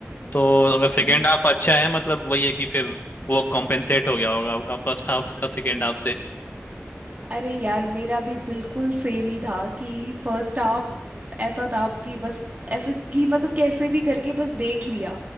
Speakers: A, on the left; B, on the right.
A: तो अगर सेकेंड
B: ये-
A: हाफ अच्छा है मतलब वही है कि फिर वो कॉम्पेंसेट हो गया होगा आपका फर्स्ट हाफ का सेकेंड हाफ
B: अरे यार मेरा भी बिल्कुल सेम ही था कि फर्स्ट हाफ ऐसा था कि बस ऐसे कि मतलब कैसे भी करके बस देख लिया